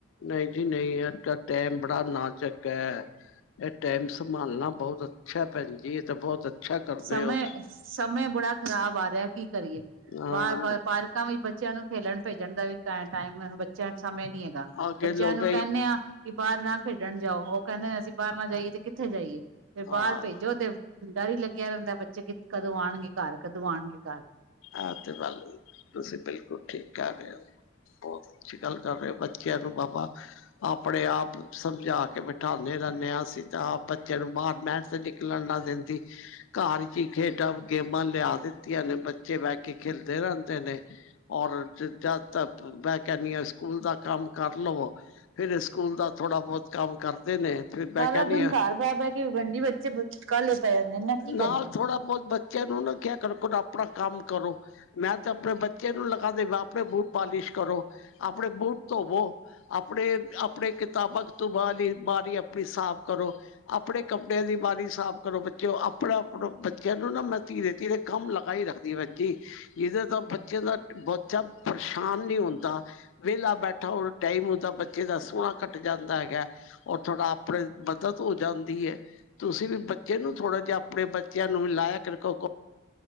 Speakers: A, on the left; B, on the right.
A: ਨਹੀਂ ਜੀ ਨਹੀਂ, ਅੱਜ ਕੱਲ ਟੈਮ ਬੜਾ ਨਾਚੱਕ ਐ, ਇਹ ਟੈਮ ਸੰਭਾਲਣਾ ਬਹੁਤ ਅੱਛਾ ਭੈਣ ਜੀ, ਇਹ ਤਾਂ ਬਹੁਤ ਅੱਛਾ ਕਰਦੇ
B: ਸਮੇਂ
A: ਹੋ।
B: ਸਮੇਂ ਬੜਾ ਖ਼ਰਾਬ ਆ ਰਿਹਾ, ਕੀ ਕਰੀਏ,
A: ਹਾਂ
B: ਬਾਹਰ ਪਾਰਕਾਂ ਵਿੱਚ ਬੱਚਿਆਂ ਨੂੰ ਖੇਲਣ ਭੇਜਣ ਦਾ ਵੀ ਟਾਈਮ ਬੱਚਿਆਂ ਸਮੇਂ ਨੀ ਹੈਗਾ,
A: ਅੱਗੇ
B: ਬੱਚਿਆਂ
A: ਲੋਕ
B: ਨੂੰ
A: ਹੀ
B: ਕਹਿੰਦੇ ਆ, ਕਿ ਬਾਹਰ ਨਾ ਖੇਡਣ ਨਾ ਜਾਉ, ਉਹ ਕਹਿੰਦੇ, ਅਸੀਂ ਬਾਹਰ ਨਾ ਜਾਈਏ ਤੇ ਕਿੱਥੇ ਜਾਈਏ। ਫਿਰ ਬਾਹਰ
A: ਹਾਂ
B: ਭੇਜੋ ਤੇ ਡਰ ਲੱਗਾ ਰਹਿੰਦਾ, ਬੱਚੇ ਕਿ ਕਦੋਂ ਆਉਣਗੇ, ਘਰ ਕਦੋਂ ਆਉਣਗੇ ਘਰ।
A: ਆਹ ਤੇ ਗੱਲ, ਤੁਸੀਂ ਬਿਲਕੁਲ ਠੀਕ ਕਹਿ ਰਹੇ ਹੋ। ਬਹੁਤ ਅੱਛੀ ਗੱਲ ਕਰ ਰਹੇ, ਬੱਚਿਆਂ ਨੂੰ ਬਾਬਾ ਆਪਣੇ ਆਪ ਸਮਝਾ ਕੇ ਬਿਠਾਉਂਦੇ ਰਹਿੰਦੇ ਹਾਂ, ਅਸੀਂ ਤਾਂ ਆਪ ਬੱਚਿਆਂ ਨੂੰ ਬਾਹਰ ਮਹਿਣ ਤੇ ਨਿਕਲਣ ਨਾ ਦਿੰਦੀ, ਘਰ ਚ ਹੀ ਖੇਡਾਂ ਗੇਮਾਂ ਲਿਆ ਦਿੱਤੀਆਂ ਨੇ ਬੱਚੇ ਬਹਿ ਕੇ ਖੇਲਦੇ ਰਹਿੰਦੇ ਨੇ, ਔਰ ਜਦ ਤੱਕ ਮੈਂ ਕਹਿਣੀ ਆ, ਸਕੂਲ ਦਾ ਕੰਮ ਕਰ ਲਵੋ, ਫੇਰ ਸਕੂਲ ਦਾ ਥੋੜਾ ਬਹੁਤ ਕੰਮ ਕਰਦੇ ਨੇ, ਫਿਰ ਮੈਂ
B: ਸਾਰਾ
A: ਕਹਿਦੀ
B: ਦਿਨ
A: ਆ,
B: ਘਰ ਬਹਿ ਬਹਿ ਕੇ ਭੈਣ ਜੀ ਬੱਚੇ ਕਾਹਲੇ ਪੈ ਜਾਂਦੇ ਨਾ ਕੀ ਕਰੀਏ।
A: ਨਾਲ ਥੋੜਾ ਬਹੁਤ ਬੱਚਿਆਂ ਨੂੰ ਨਾ ਕਹਿਆ ਕਰੋ ਆਪਣਾ ਕੰਮ ਕਰੋ ਮੈਂ ਤੇ ਆਪਣੇ ਬੱਚੇ ਨੂੰ ਲਗਾ ਦਿਨੀ, ਆਪਣੇ ਬੂਟ ਪਾਲਿਸ਼ ਕਰੋ, ਆਪਣੇ ਬੂਟ ਧੋਵੋ, ਆਪਣੇ ਆਪਣੇ ਕਿਤਾਬਾਂ ਕਤੂਬਾ ਵਾਲੀ ਅਲਮਾਰੀ ਆਪਣੀ ਸਾਫ਼ ਕਰੋ, ਆਪਣੇ ਕੱਪੜਿਆਂ ਦੀ ਅਲਮਾਰੀ ਸਾਫ਼ ਕਰੋ ਬੱਚਿਓ ਆਪਣੇ ਆਪਣਾ ਬੱਚਿਆਂ ਨੂੰ ਨਾ ਮੈਂ ਧੀਰੇ ਧੀਰੇ ਕੰਮ ਲਗਾ ਹੀ ਰੱਖ ਜੀ ਜਿਹਦੇ ਤਾਂ ਬੱਚਿਆਂ ਦਾ ਬੱਚਾ ਪਰੇਸ਼ਾਨ ਨੀ ਹੁੰਦਾ, ਵਿਹਲਾ ਬੈਠਾ ਔਰ ਟਾਈਮ ਹੁੰਦਾ ਬੱਚੇ ਦਾ ਸੋਹਣਾ ਕਟ ਜਾਂਦਾ ਹੈਗਾ, ਔਰ ਥੋੜਾ ਆਪਣੇ ਮਦਦ ਹੋ ਜਾਂਦੀ ਆ, ਤੁਸੀਂ ਵੀ ਬੱਚੇ ਨੂੰ ਥੋੜਾ ਜਿਹਾ ਆਪਣੇ ਬੱਚਿਆਂ ਨੂੰ ਵੀ ਲਾਇਆ ਕਰੋ